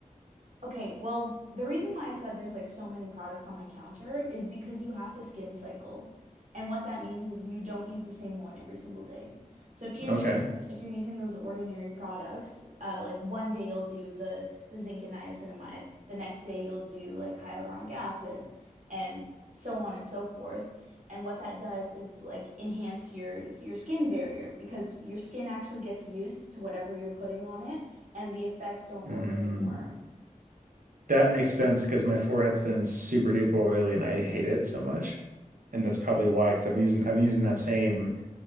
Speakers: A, on the right (about 60°); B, on the right (about 75°).
A: Okay, well, the reason why I said there's like so many products on my counter is because you have to skin cycle. And what that means is you don't use the same one every single day. So if you're
B: Okay.
A: using if you're using those ordinary products, uh, like one day you'll do the the zinc and niacinamide, the next day you'll do like hyaluronic acid, and so on and so forth. And what that does is like enhance your your skin barrier because your skin actually gets used to whatever you're putting on it, and the effects don't work
B: Mm.
A: anymore.
B: That makes sense because my forehead's been super duper oily and I hate it so much. And that's probably why, because I'm using I'm using that same